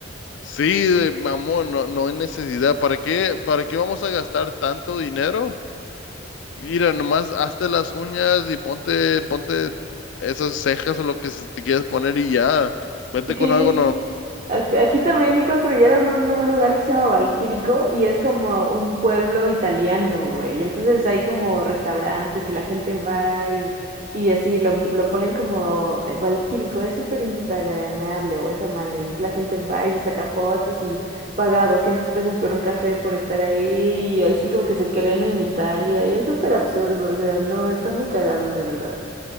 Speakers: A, on the left; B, on the right.
A: Sí, de, amor, no, no hay necesidad. ¿Para qué, para qué vamos a gastar tanto dinero? Mira, nomás hazte las uñas y ponte, ponte esas cejas o lo que se te quieras poner y ya. Vente con
B: Sí,
A: algo
B: Ac- Aquí también construyeron un, un lugar que se llama Valquírico y es como un pueblo italiano, güey. Y entonces hay como restaurantes y la gente va y, y así lo, lo ponen como eh, Valquírico. Es súper instagrameable o esa madre. Y entonces la gente va y se saca fotos y paga 200 pesos por un café por estar ahí y así como que se creen en Italia. Y es súper absurdo, o sea, no, están muy cagados de verdad.